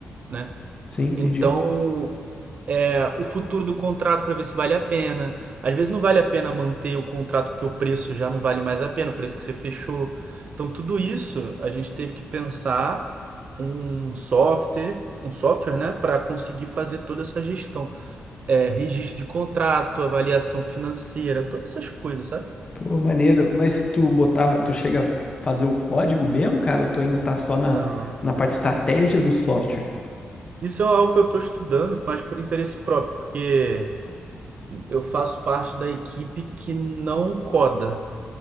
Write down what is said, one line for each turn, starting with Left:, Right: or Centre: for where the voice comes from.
Right: né?
Left: Sim, entendi.
Right: Então, é, o futuro do contrato para ver se vale a pena. Às vezes não vale a pena manter o contrato porque o preço já não vale mais a pena, o preço que você fechou. Então, tudo isso a gente teve que pensar um software, um software, né, para conseguir fazer toda essa gestão. É, registro de contrato, avaliação financeira, todas essas coisas, sabe?
Left: Pô, maneiro. Mas tu botava, tu chega a fazer o código mesmo, cara? Ou tu ainda tá só na,
Right: não
Left: na parte de estratégia do software?
Right: Isso é algo que eu estou estudando, mas por interesse próprio, porque eu faço parte da equipe que não coda.